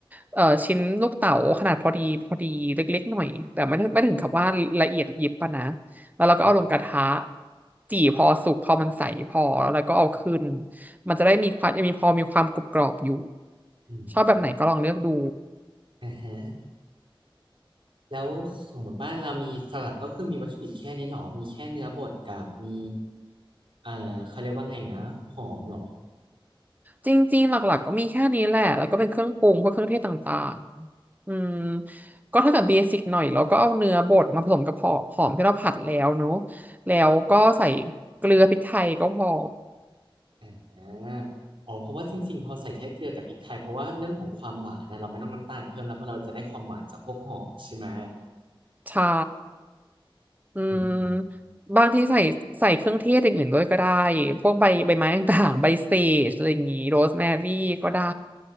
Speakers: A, on the right; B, on the right.
A: เอ่อชิ้นลูกเต๋าขนาดพอดีพอดีเล็กๆหน่อยแต่ไม่ถึงไม่ถึงกับว่าละเอียดยิบปะนะ แล้วเราก็เอาลงกระทะ
B: อือหือ
A: จี่พอสุกพอมันใสพอแล้วก็เอาขึ้นมันจะได้มีความยังมีพอมีความกรุบกรอบอยู่
B: อืม
A: ชอบแบบไหนก็ลองเลือกดู
B: อ่าฮะ แล้วสมมุติว่าเรามีสลัดก็คือมีวัตถุดิบแค่นี้หรอ มีแค่เนื้อบดกับมีเอ่อเขาเรียกว่าไงนะ หอมหรอ
A: จริงๆหลักๆก็มีแค่นี้แหละแล้วก็เป็นเครื่องปรุงพวกเครื่องเทศต่างๆอืมก็ถ้าเกิดเบสิกหน่อยเราก็เอาเนื้อบดมาผสมกับหอมหอมที่เราผัดแล้วเนอะแล้วก็ใส่เกลือพริกไทยก็พอ
B: อ่าอ๋อเพราะว่าจริงๆพอใส่แค่เกลือกับพริกไทยเพราะว่าเรื่องของความหวานนะเราไม่ต้องน้ำตาลเพิ่มแล้วเพราะเราจะได้ความหวานจากพวกหอมใช่ไหม
A: ใช่ อืม
B: อืมอืม
A: บางทีใส่ใส่เครื่องเทศอย่างอื่นด้วยก็ได้พวกใบใบไม้ต่างๆใบเสจอะไรอย่างงี้โรสแมรี่ก็ได้